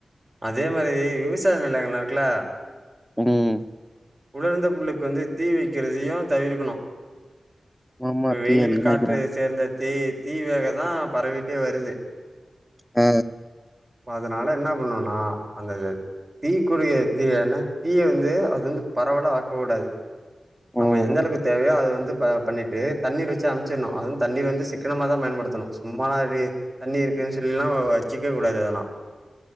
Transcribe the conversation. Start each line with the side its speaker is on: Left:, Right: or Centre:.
Right: அதே மாரி விவசாய நெலங்கள்லா இருக்குல்ல
Centre: ம்
Right: உலர்ந்த புள்ளுக்கு வந்து தீ வைக்கிறதையு தவிர்க்கணு
Centre: ஆமா
Right: இப்ப வெயிலு
Centre: தீ அதிகமா
Right: காற்று
Centre: வைக்கிறாங்க
Right: சேர்ந்த தீ தீ வேகதா பரவிட்டே வருது
Centre: அ
Right: அதனால என்ன பண்ணுன்னா அந்தது தீக்குடிய எடுத்துக்கன்னா தீயை வந்து அது வந்து பரவலா ஆக்கக்கூடாது நம்ம
Centre: ம்
Right: எந்தளவுக்கு தேவையோ அத வந்து ப பண்ணிட்டு தண்ணீர் வெச்சு அமைச்சிர்ணு அதுவு வந்து தண்ணீர் வந்து சிக்கனமா தா பயன்படுத்தணு சும்மாலா அப்டி தண்ணி இருக்குன்னு சொல்லிலா வ வச்சுக்கவே கூடாது அதெல்லா